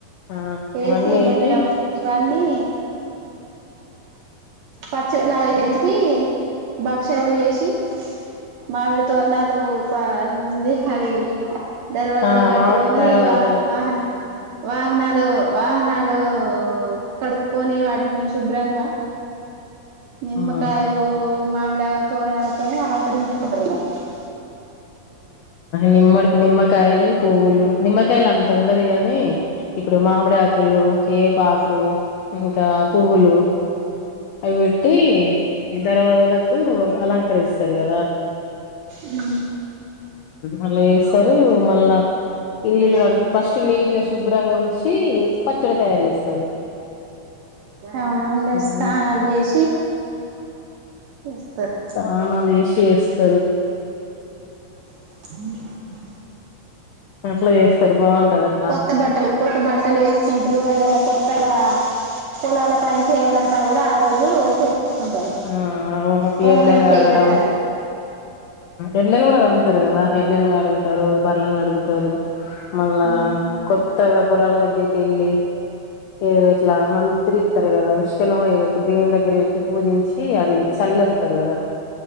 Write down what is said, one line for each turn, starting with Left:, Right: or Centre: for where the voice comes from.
Left: ఆ
Right: ఏసి
Left: అవన్నీ వేసి
Right: బెల్లం రన్నీ పచ్చడిలా వేసి భక్షాలు జేసి మామిడి తోరణాలు పంది అది దర్వాజులో
Left: ఆ
Right: కట్టుకొని
Left: మామిడి కారం
Right: వా
Left: అజలకు
Right: వాహన వాహనాలు వాహనాలూ కడుక్కొని వాటిని శుభ్రంగా నిమ్మకాయలూ
Left: ఆ
Right: మామిడా తోరణాలతోనే అలా <unintelligible>
Left: నిమ్మ నిమ్మకాయలు పువ్వులు నిమ్మకాయలు అంత ఉండదు గాని ఇప్పుడు మామిడి ఆకులు వేపాకు ఇంకా పువ్వులు అవి పెట్టి <unintelligible> అలంకరిస్త <unintelligible> గాదా
Right: హు
Left: మళ్ళీ స్తారు మళ్ళా ఇల్లులు కడు ఫస్ట్ నీట్ గా శుభ్రంగా ఉంచి పచ్చడి తయారు చేస్తారు
Right: అవును అందరు
Left: హ్మ్.
Right: స్నానాలు చేసి వస్తారు
Left: దానాలేసి జేస్తరు
Right: అ
Left: అట్లా చేస్తారు బావుంటదట్లా.
Right: కొత్త బట్టలు కొత్త బట్టలు వేస్తుంటరుఏదన్నా కొత్త <inaudible> పొలాల పని చేయాలన్న కూడ ఆ రోజు చేసుకుంటారు
Left: హ అవును
Right: పొలంలో
Left: ఎడ్లన్ కడగడం
Right: చేయి పెట్టాలి
Left: ఎడ్లన్ కూడా కడుగు త్తర్ కదా హడ్ళలను కడుగుతారు బర్రలను కడుగుతారు మళ్ళా
Right: ఆ
Left: కొత్ త్తగా పొలాల దగ్గరికి వెళ్ళి ఏదో ఇట్లా మంత్రి ఇస్తారు కదా విష్కనేయ ఇప్పుడు దేవుని దగ్గర పెట్టి పూజించ ఛీ అది చల్లోస్తరు కదా